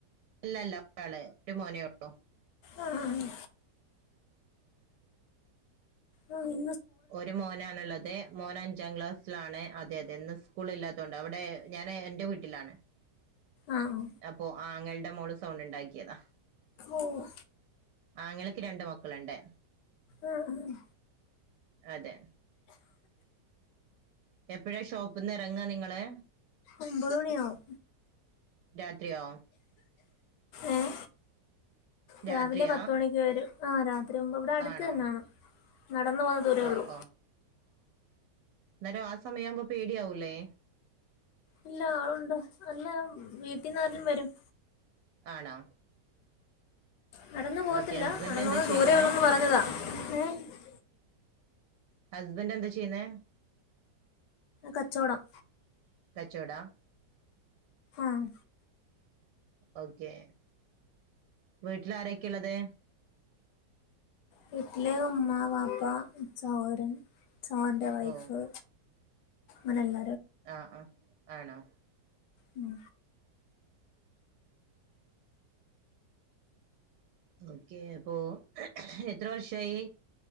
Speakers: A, on the right (about 75°); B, on the left (about 80°).
A: അല്ലല്ല ഒരാളെ ഒരു മോനെോള്ളൂ
B: ആഹ് ആ ഇ
A: ഒരു മോനാണുള്ളത് മോന അഞ്ചാം ക്ലാസ്സിലാണ് അതെ അതെ ഇന്ന് സ്കൂളില്ലാത്ത അവിടെ ഞാന് എന്റെ വീട്ടിലാണ്
B: ആഹ്
A: അപ്പൊ ആങ്ങളുടെ മോള് സൗണ്ട് ഉണ്ടാക്കിയതാ
B: ഓഹ്
A: ആങ്ങളക്ക് രണ്ട് മക്കളുണ്ട്
B: ആഹ ഉ
A: അതെ എപ്പോഴാ ഷോപ്പന്ന് ഇറങ്ങാ നിങ്ങള്
B: ഒമ്പത് മണിയവും
A: രാത്രിയാ
B: ഏഹ രാവിലെ
A: രാത്രിയാ
B: പത്തുമണിക്ക് വരും ആ രാത്രി <unintelligible> ഇവിടെ അടുത്ത്
A: ആണോ
B: തന്നാണ് നടന്ന പോന്ന ദൂരേ
A: ഓ
B: ഉള്ളു
A: ഓ അന്നേരം ആ സമയയാവുമ്പോ പേടിയാവൂല്ലേ
B: ഇല്ല ആളുണ്ട് അല്ല വീട്ടന്നാരും വരും
A: ആണോ
B: നടന്നു പോവത്തില്ല
A: ഓക്കെ ഹസ്ബൻഡ്
B: നടന്ന
A: എന്താ
B: പോന്ന്
A: ചെയ്യുന്നേ
B: ദൂരേ ഉള്ളൂന്ന് പറഞ്ഞതാ ഏ
A: ഹസ്ബൻന്താ ചെയ്യുന്നേ
B: കച്ചോടം
A: കച്ചോടാ
B: ആഹ്
A: ഓക്കെ വീട്ടിൽ ആരൊക്കെയള്ളത്
B: വീട്ടില് ഉമ്മ വാപ്പ സഹോദരൻ സഹോദരൻ്റെ വൈഫ്
A: ഓ
B: അനല്ല
A: ആ ആ ആണോ
B: ഉം
A: ഓക്കെ അപ്പോ എത്ര വർഷമായി